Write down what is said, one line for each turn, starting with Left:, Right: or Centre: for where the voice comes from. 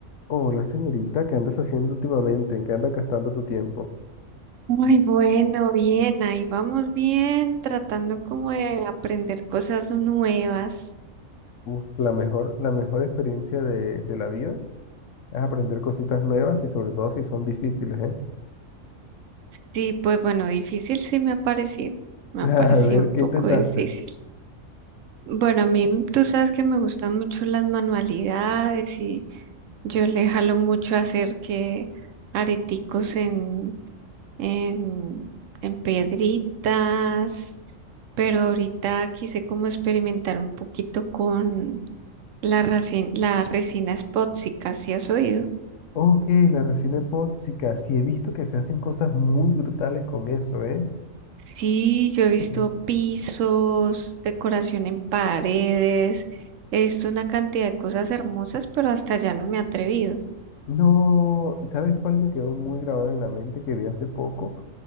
Left: Hola señorita, ¿qué andas haciendo últimamente? ¿En qué andas gastando tu tiempo?
Right: Muy bueno, bien, ahí vamos bien, tratando como de aprender cosas nuevas.
Left: Uf, la mejor, la mejor experiencia de, de la vida es aprender cositas nuevas y sobre todo si son difíciles, ¿eh?
Right: Sí, pues bueno, difícil sí me ha parecido,
Left: <laughs>
Right: me
Left: A
Right: ha parecido
Left: ver,
Right: un poco
Left: ¿qué intentaste?
Right: difícil. Bueno, a mí tú sabes que me gustan mucho las manualidades y yo le jalo mucho a hacer que areticos en, en, en piedritas, pero ahorita quise como experimentar un poquito con La, racin- la resina es tóxica, ¿sí has oído?
Left: Ok, la resina epóxica. Sí he visto que se hacen cosas muy brutales con eso, ¿eh?
Right: Sí, yo he visto
Left: Sí.
Right: pisos, decoración en paredes, he visto una cantidad de cosas hermosas, pero hasta allá no me he atrevido.
Left: No, ¿sabes cuál me quedó muy grabado en la mente que vi hace poco?